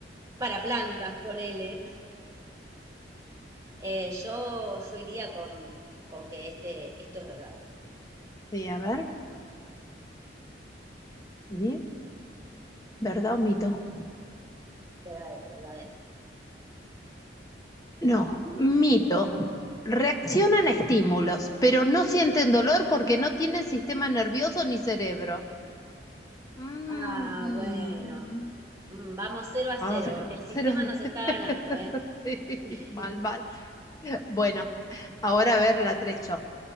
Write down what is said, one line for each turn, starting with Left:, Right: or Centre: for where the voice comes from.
Right: para plantas, ponele. Eh, yo, yo iría con, con que este, esto es verdadero,
Left: Sí, a ver. ¿Y? ¿Verdad o mito?
Right: verdadero, verdadero.
Left: No, mito. Reaccionan a estímulos, pero no sienten dolor porque no tienen sistema nervioso ni cerebro. Mm,
Right: Ah,
Left: mm.
Right: bueno, mm, vamos cero a
Left: Ah,
Right: cero,
Left: se
Right: el sistema
Left: los- <laughs>
Right: nos está ganando, ¿eh?
Left: sí,
Right: <laughs>
Left: mal, mal. <laughs> Bueno, ahora a ver la 3. yo.